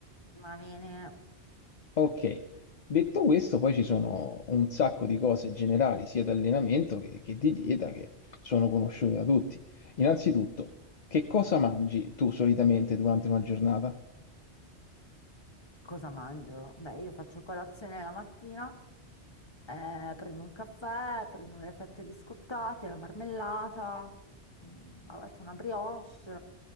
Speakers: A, on the left; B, on the left.
A: Ma viene,
B: Ok, detto questo, poi ci sono un sacco di cose generali, sia di allenamento che, che di dieta, che sono conosciute da tutti. Innanzitutto, che cosa mangi tu solitamente durante una giornata?
A: cosa mangio? Beh, io faccio colazione la mattina, eh, prendo un caffè, prendo le fette biscottate, la marmellata, mm, a volte una brioche,